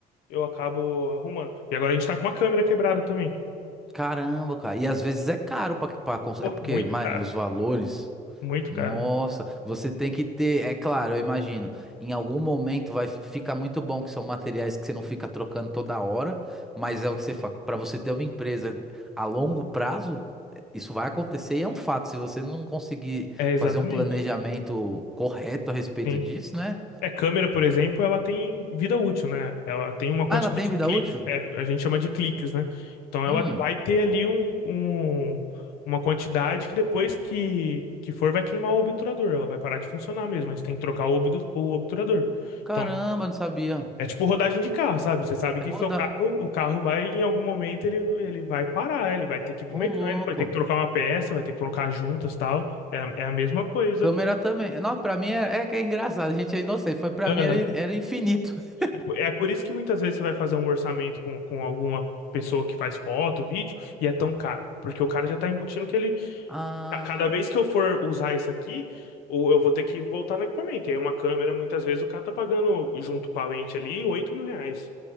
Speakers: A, on the left (about 85°); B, in the centre.
A: eu acabo arrumando. E agora a gente tá com uma câmera quebrada também.
B: Caramba, cara. E às vezes é caro pra, pra cons-
A: Pô,
B: É porque
A: muito
B: mas,
A: cara,
B: os valores.
A: muito
B: Nossa,
A: cara.
B: você tem que ter. É claro, eu imagino. Em algum momento vai ficar muito bom que são materiais que você não fica trocando toda hora, mas é o que você fala. Pra você ter uma empresa a longo prazo, isso vai acontecer e é um fato. Se você não conseguir
A: É, exatamente,
B: fazer um planejamento correto a respeito
A: sim.
B: disso, né?
A: É, câmera, por exemplo, ela tem vida útil, né? Ela tem uma quantidade
B: Ah, ela tem vida
A: de cliques,
B: útil?
A: é, a gente chama de cliques, né? Então ela
B: Hum,
A: vai ter ali um, um- uma quantidade que depois que, que for vai queimar o obturador, ela vai parar de funcionar mesmo, mas tem que trocar o obtu- o obturador.
B: caramba,
A: Então,
B: não sabia.
A: É tipo rodagem de carro, sabe? Você sabe
B: É
A: que
B: rodar.
A: seu carro, o carro vai, em algum momento, ele, ele vai parar, ele vai ter que ir pro
B: Ô,
A: mecânico,
B: louco.
A: vai ter que trocar uma peça, vai ter que trocar juntas e tal. É, a- é a mesma coisa
B: Câmera
A: aqui.
B: também. Não, pra mim é, é que é engraçado. A gente é inocente. Foi pra
A: Aham.
B: mim era, era infinito. <laughs>
A: É por é por isso que muitas vezes você vai fazer um orçamento com, com alguma pessoa que faz foto, vídeo, e é tão caro. Porque o cara já tá embutindo que ele,
B: Ah,
A: a cada vez que eu for usar isso aqui, ou eu vou ter que voltar no equipamento. E aí uma câmera, muitas vezes, o cara tá pagando, junto com a lente ali, oito mil reais.